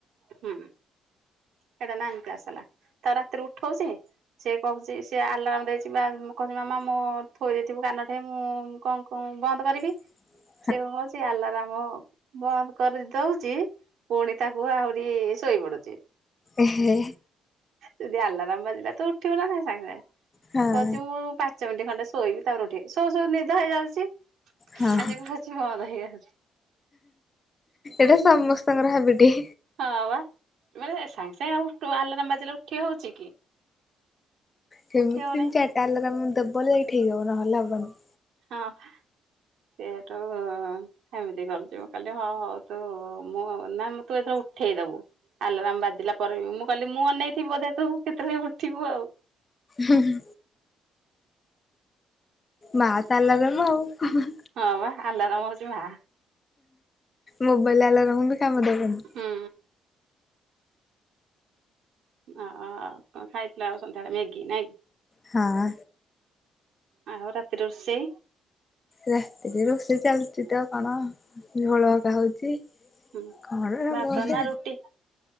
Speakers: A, on the right (about 65°); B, on the left (about 20°).
A: ହୁଁ। ସେଇଟା ନାଇନ୍ ହେଲା ତାକୁ ରାତିରେ ଉଠଉଛି। ସେ କହୁଛି ସେଏ ଆଲରାମ ଦେଇଛି ବା କଛି ମାମା ମୋ ଥୋଇ ଦେଇଥିବୁ କାନ ମୁଁ କଣ। ମୁଁ ବନ୍ଦ କରିବି।
B: <inaudible>
A: <unintelligible> ସେ ଆଲାରମ ବନ୍ଦ କରି ଦଉଛି ପୁଣି ତାକୁ ଆହୁରି ଶୋଇ ପଡୁଛି।
B: ଏହେ
A: ଯଦି ଆଲାରାମ ବାଜିଲା ତୁ ଉଠିବୁ ନା ନାଇଁ ସାଙ୍ଗେ ସାଙ୍ଗେ
B: ହଁ
A: କହୁଚି ମୁଁ ପାଖ ପାଞ୍ଚ ମିନିଟ ଖଣ୍ଡେ ଶୋଇବି ତାପରେ ଉଠି ଶୋଉ ଶୋଉ ନିଦ ହେଇଯାଉଛି
B: ହଁ
A: ଆଖି ବନ୍ଦ ହେଇଯାଉଛି।
B: ଏଇଟା ସମସ୍ତଙ୍କର ହାବିଟି।
A: ହଁ ବା ମାନେ ସାଙ୍ଗେ ସାଙ୍ଗେ ଆଉ ଉଠୁ ଆଲରାମ୍ ବାଜିଲେ ଉଠି ହଉଛି କି।
B: ସେମିତିମି
A: ଉଠି ହଉନାହିଁ
B: ଚାରିଟା ଆଲାରାମ ଦେବ ଯାଇକି ଠିକ ହବ ନହେଲେ ହବନି।
A: ହଁ ସେଇଠୁ। ସେମିତି କରିଛିବୁ କାଲି ହଁ ହଉ ତୁ ମୁଁ ନା ତୁ ଏଥର ଉଠେଇଦବୁ। ଆଲୋରାମ ବାଜିଲା ପରେ ବି ମୁଁ କହିଲି ମୁଁ ଅନେଇଥିବି ବଧେ ତୁ କେତେବେଳେ ଉଠିବୁ ଆଉ।
B: ହୁଁ ହୁଁ। ମା ତାଲା ଦେବ ଆଉ।
A: ହଁ ବା ଆଲରାମ ହଉଛି ମା।
B: ମୋବାଇଲ ଆଲାରାମ ବି କାମ ଦେବନି।
A: ହୁଁ। ହ କଣ ଖାଇଥିଲା ଆଉ ସନ୍ଧ୍ୟାଳେ ମ୍ୟାଗି ନାଇଁକି।
B: ହଁ।
A: ଆଉ ରାତିରେ ରୋଷେଇ।
B: ରାତିରେ ରୋଷେଇ ଚାଲିଛି ତ କଣ ଝୋଳ ହେରିକା ହଉଛି।
A: ହୁଁ
B: କଣ ହବ
A: ଭାତ
B: ବୋଧେ
A: ନା ରୁଟି।